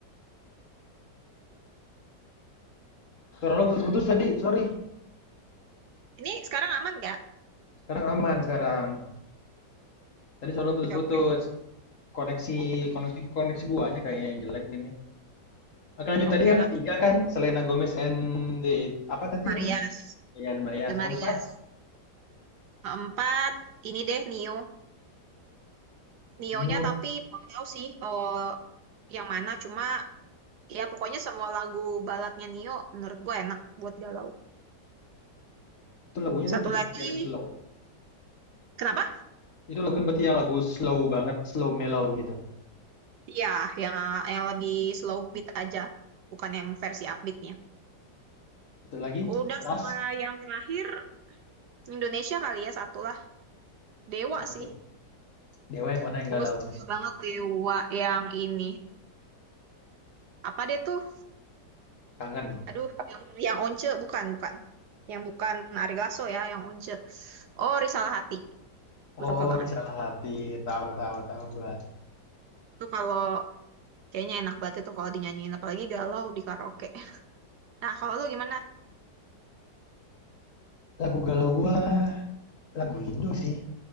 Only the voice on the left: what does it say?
Suara lu putus-putus tadi, sorry.
Sekarang aman sekarang. Tadi suara lu
putus-putus.
Koneksi
koneksi koneksi guanya kayaknya yang jelek ini nih. Oke lanjut
tadi yang
ketiga kan Selena Gomez and the apa tadi
emang? Ya Marias.
Keempat,
Nio.
Itu lagunya
tuh tipe-tipe
yang slow.
Itu lagunya berarti yang lagu slow banget, slow mellow gitu.
Satu lagi,
Last
sama
tuh. Dewa yang mana yang
galau?
Yang
kangen.
Oh,
ini salah hati. Tahu tahu tahu gua.
Lagu galau gua lagu Indo sih.